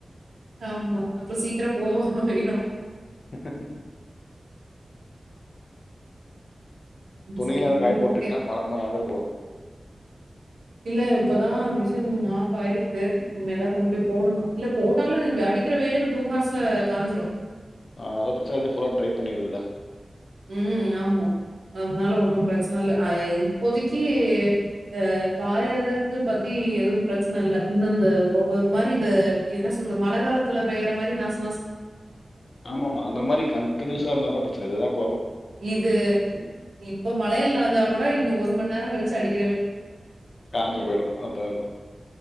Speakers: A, on the right; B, on the left.
A: ஆமா அப்றோ சீக்ரோ போவோணு ஆயிரு
B: ஹா ஹா துணிலா
A: சேரி
B: எது காயப்போட்ருக்கியா
A: ஓகே
B: மழ வந்தா நளஞ்சர போவுது
A: இல்ல இப்பதா மிஷின் ஆஃப் ஆயிருக்குது இன்மேதா கொண்போய் போடணு இல்ல போட்டாலு வ அடிக்கிற வெயிலுக்கு டூ ஹார்ஸ்ல காஞ்சிரு
B: ஆ அத பிரச்ன இத ஃபுல்லா ட்ரை பண்ணிடுதுல
A: உம் ஆமா அதனால ஒன்னும் பிரச்சன இல்ல அய் இப்போதிக்கி அ காய்றதுக்கு பத்தி எதுவும் பிரச்சன இல்ல இன்னு இந்த ரொ ஒரு மாரி இந்த என்ன சொல்றது மழ காலத்துல பெய்ற மாரி நா ஸ்
B: ஆமா ஆமா அந்த மாரி கண்டினியூஸாருந்தாதா பிரச்சன இல்லன்
A: இது இப்ப மலைல் நளஞ்சா கொட இன்னு ஒரு மன்னேரங் கழிச்சு அடிக்
B: காஞ்சி போய்டு அதாதா